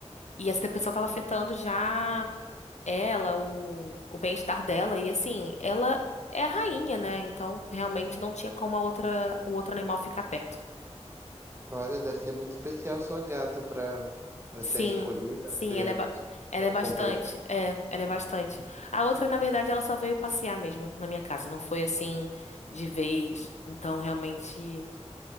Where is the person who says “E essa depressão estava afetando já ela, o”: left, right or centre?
Left